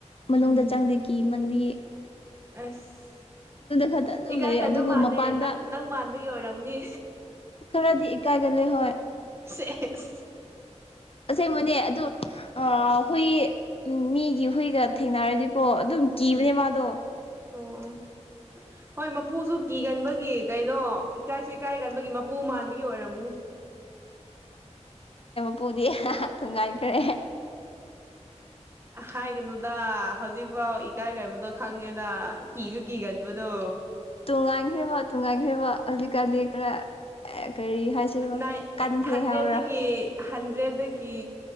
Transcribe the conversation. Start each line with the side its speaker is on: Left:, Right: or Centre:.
Left: ꯃꯅꯨꯡꯗ
Right: ꯎꯝ
Left: ꯆꯪꯗꯦ ꯀꯤꯃꯟꯕꯒꯤ
Right: ꯑꯁ
Left: ꯈꯛꯇ ꯑꯗꯨꯝ
Right: ꯏꯀꯥꯏꯒꯟꯕ
Left: ꯂꯩꯌꯦ ꯑꯗꯨꯕꯨ
Right: ꯃꯥꯜꯂꯦ
Left: ꯃꯄꯥꯟꯗ
Right: ꯅꯪ ꯅꯪ ꯃꯥꯟꯕꯒꯤ ꯑꯣꯏꯔꯝ ꯎꯅꯤ
Left: ꯈꯔꯗꯤ ꯏꯀꯥꯏꯒꯜꯂꯦ ꯍꯣꯏ
Right: ꯁꯦꯖ
Left: ꯑꯁꯦꯡꯕꯅꯦ ꯑꯗꯣ ꯑ ꯍꯨꯏ ꯃꯤꯒꯤ ꯍꯨꯏꯒ ꯊꯦꯡꯅꯔꯗꯤꯀꯣ ꯑꯗꯨꯝ ꯀꯤꯕꯅꯦ
Right: ꯎꯝ
Left: ꯃꯥꯗꯣ
Right: ꯑꯣ ꯑꯣ ꯍꯣꯏ ꯃꯄꯨꯁꯨ ꯀꯤꯒꯟꯕꯒꯤ ꯀꯩ ꯅꯣ ꯏꯀꯥꯏꯁꯨ ꯏꯀꯥꯏꯒꯟꯕꯒꯤ ꯃꯄꯨ ꯃꯥꯟꯕꯒꯤ ꯑꯣꯏꯔꯝꯅꯤ
Left: ꯄꯨꯗꯤ ꯊꯣꯡꯉꯥꯟꯈ꯭ꯔꯦ
Right: ꯍꯥꯏꯒꯅꯨꯗ ꯍꯧꯖꯤꯛꯐꯥꯎ ꯏꯀꯥꯏꯒꯟꯕꯗꯣ ꯈꯪꯉꯦꯗ ꯀꯤꯁꯨ ꯀꯤꯒꯟꯕꯗꯣ
Left: ꯇꯣꯡꯉꯥꯟꯈ꯭ꯔꯦꯕ ꯇꯨꯡꯉꯥꯟꯈ꯭ꯔꯦꯕ ꯍꯧꯖꯤꯛꯀꯥꯟꯗꯤ ꯈꯔ ꯀꯔꯤ ꯍꯥꯏꯁꯤꯔꯣ
Right: ꯅꯥꯏꯟ
Left: ꯀꯟꯈ꯭ꯔꯦ
Right: ꯍꯟꯗ꯭ꯔꯦꯠꯇꯒꯤ
Left: ꯍꯥꯏꯕ꯭ꯔꯥ
Right: ꯍꯟꯗ꯭ꯔꯦꯠꯗꯒꯤ